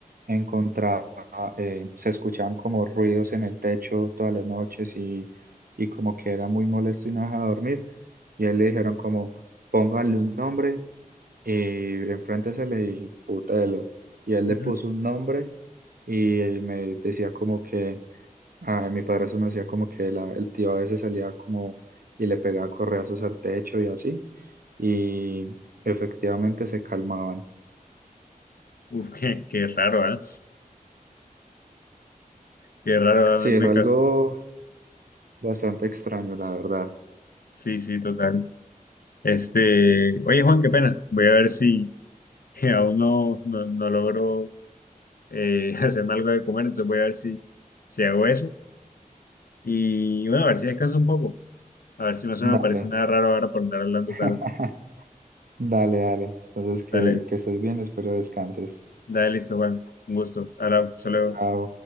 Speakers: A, on the right; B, on the left.
A: encontraba, eh, se escuchaban como ruidos en el techo todas las noches y, y como que era muy molesto y no dejaba dormir. Y a él le dijeron como, póngale un nombre y enfrente se le disputa Elo. Y él le
B: <laughs>
A: puso un nombre y me decía como que, a mi padrastro me decía como que la- el tío a veces salía como y le pegaba correazos al techo y así. Y efectivamente se calmaban.
B: Uf, qué, qué raro, ¿eh? Qué raro,
A: Sí,
B: ¿eh? Me,
A: es algo
B: me-
A: bastante extraño, la verdad.
B: Sí, sí, total. Este, oye, Juan, qué pena. Voy a ver si. que aún no, no, no logro eh, <laughs> hacerme algo de comer, entonces voy a ver si, si hago eso. Y bueno, a ver si descanso un poco, a ver si no se me
A: Dale,
B: aparece nada raro ahora por andar hablando
A: <laughs>
B: tarde.
A: dale, dale. Entonces que,
B: Dale,
A: que estés bien, espero descanses.
B: dale, listo, Juan. Un gusto. Ahora, hasta luego.
A: Chao.